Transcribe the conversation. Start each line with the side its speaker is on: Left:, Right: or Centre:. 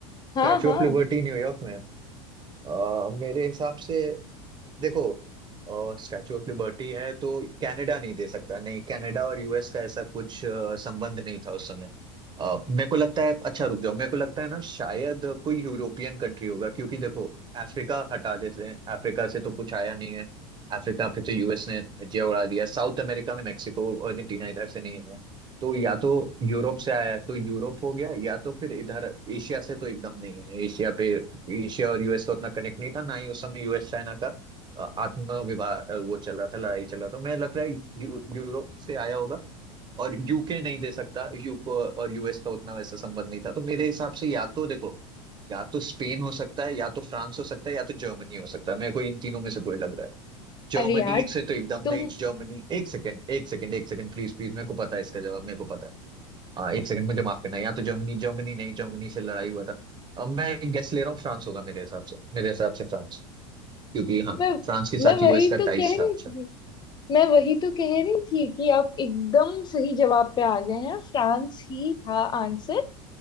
Left: हाँ
Right: स्टैचू
Left: हाँ
Right: ऑफ लिबर्टी न्यूयॉर्क में है अ, मेरे हिसाब से देखो स्टैचू ऑफ लिबर्टी है तो कनाडा नहीं दे सकता नहीं कनाडा और यूएस का ऐसा कुछ अ, संबंध नहीं था उस समय अ, मेरे को लगता है अच्छा रुक जाओ मेरे को लगता है ना शायद कोई यूरोपियन कंट्री होगा क्योंकि देखो अफ्रीका हटा देते हैं अफ्रीका से तो कुछ आया नहीं है अफ्रीका पे तो यूएस ने धज्जियां उड़ा दिया साउथ अमेरिका में मेक्सिको अर्जेंटीना इधर से नहीं है तो या तो यूरोप से आया है, तो यूरोप हो गया या तो फिर इधर एशिया से तो एकदम नहीं है एशिया पे एशिया और यूएस का उतना कनेक्ट नहीं था ना ही उस समय यूएस चाइना का अ, आत्म विवाह अ, वो चल रहा था लड़ाई चल रहा था मैं लग रहा है यू, यूरोप से आया होगा और यूके नहीं दे सकता यूको और यूएस का उतना वैसा संबंध नहीं था तो मेरे हिसाब से या तो देखो या तो स्पेन हो सकता है या तो फ्रांस हो सकता है या तो जर्मनी हो सकता है मेरे को इन तीनों में से कोई लग रहा है जर्मनी
Left: अरे यार
Right: से तो एकदम
Left: तुम
Right: नहीं जर्मनी एक सेकंड एक सेकंड एक सेकंड प्लीज प्लीज मेरे को पता है इसका जवाब मेरे को पता है हाँ एक सेकंड मुझे माफ करना या तो जर्मनी जर्मनी नहीं जर्मनी से लड़ाई हुआ था अब मैं गेस ले रहा हूँ फ्रांस होगा मेरे हिसाब से मेरे हिसाब से फ्रांस क्योंकि हाँ
Left: मैं
Right: फ्रांस के साथ
Left: मैं वही
Right: यूएस का टाइज
Left: तो कह रही
Right: था अच्छा,
Left: थी मैं वही तो कह रही थी कि आप एकदम सही जवाब पे आ गए हैं फ्रांस ही था आंसर